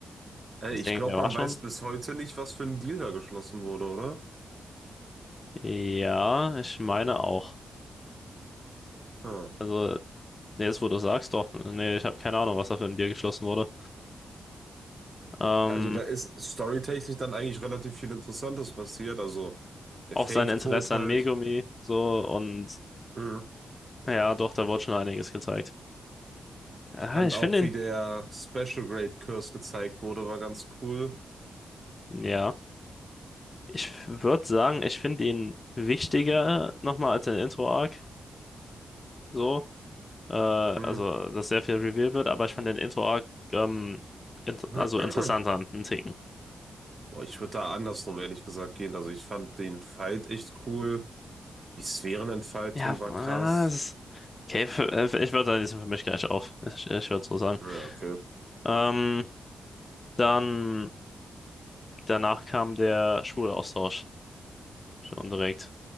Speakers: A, on the right (about 35°); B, on the left (about 30°).
A: Ey,
B: Deswegen,
A: ich glaube,
B: der war
A: man
B: schon.
A: weiß bis heute nicht, was für ein Deal da geschlossen wurde, oder?
B: Ja, ich meine auch.
A: Hm.
B: Also, nee, jetzt wo du sagst, doch. Nee, ich habe keine Ahnung, was da für ein Deal geschlossen wurde. Ähm,
A: Also da ist storytechnisch dann eigentlich relativ viel Interessantes passiert. Also der
B: auch
A: Fake-Tod
B: sein Interesse
A: halt.
B: an Megumi, so und
A: Mhm.
B: ja, doch, da wurde schon einiges gezeigt. Ah,
A: Ich fand
B: ich
A: auch,
B: finde ihn,
A: wie der Special Grade Curse gezeigt wurde, war ganz cool.
B: ja, ich würde sagen, ich finde ihn wichtiger nochmal als den Intro-Arc, so, äh, also
A: Mhm.
B: dass sehr viel revealed wird, aber ich fand den Intro-Arc ähm, int
A: <clears throat>
B: also interessanter, einen Ticken.
A: Boah, ich würde da andersrum ehrlich gesagt gehen. Also ich fand den Fight echt cool. Die Sphärenentfaltung
B: Ja,
A: war
B: ja,
A: krass.
B: es ist. Okay, für, äh, ich würde sagen, die sind für mich gleich auf. Ich, ich würde so sagen.
A: Ja, okay.
B: Ähm, dann danach kam der Schulaustausch schon direkt.